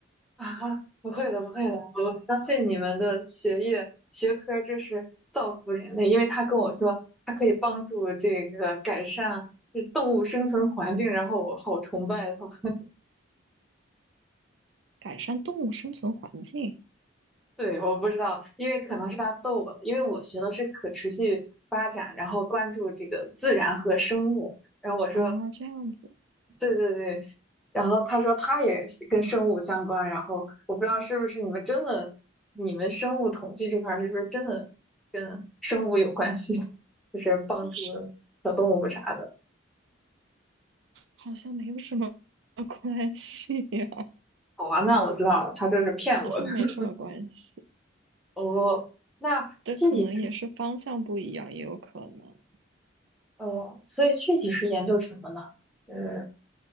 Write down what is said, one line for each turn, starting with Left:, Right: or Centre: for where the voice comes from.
Centre: 啊，不会的，不会的，我相信你们的学业学科就是造福人类，因为他跟我说他可以帮助这个改善这动物生存环境，然后我好崇拜他。<laughs>
Right: 改善动物生存环境。
Centre: 对，我不知道，因为可能是他逗我的，因为我学的是可持续发展，然后关注这个自然和生物，然后我说
Right: 啊，这样子。
Centre: 对对对，然后他说他也是跟生物相关，然后我不知道是不是你们真的，你们生物统计这块儿是不是真的跟生物有关系，<laughs> 就是帮助
Right: 但是。
Centre: 小动物啥的。
Right: 好像没有什么 <laughs> 关系呀、
Centre: 好吧，那我知道了，他就是骗我的。
Right: 好像没什么关系。
Centre: <laughs> 哦，那具体
Right: 这可能也是方向不一样，也有可能。
Centre: 呃，所以具体是研究什么呢？呃，